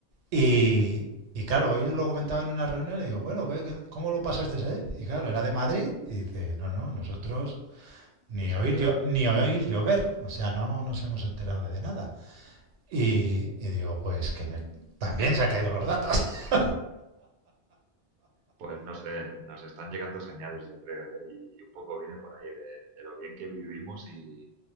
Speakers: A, on the right; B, on the right.
A: Y, y claro, hoy lo comentaba en una reunión y digo, bueno, ¿qué- qué- ¿cómo lo pasaste ayer? Y claro, era de Madrid y dice, no, no, nosotros ni
B: ni se
A: oír,
B: enteran.
A: llo- ni oír llover, o sea, no nos hemos enterado de de nada. Y, y digo, pues que ne- también se han caído los datos. <laughs>
B: Pues no sé, nos están llegando señales, yo creo, ¿eh? Y, y un poco viene por ahí de, de lo bien que vivimos y,